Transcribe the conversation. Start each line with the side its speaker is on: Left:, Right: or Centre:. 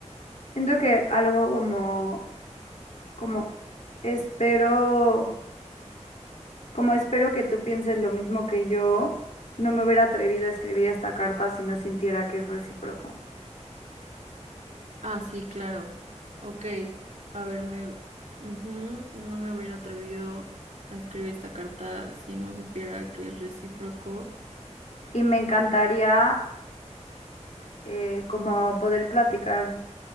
Left: Siento que algo como, como espero, como espero que tú pienses lo mismo que yo, no me hubiera atrevido a escribir esta carta si no sintiera que es recíproco.
Right: Ah, sí, claro. Ok, a ver, me, ujú, no me hubiera atrevido a escribir esta carta si no supiera que es recíproco.
Left: Y me encantaría eh, como poder platicar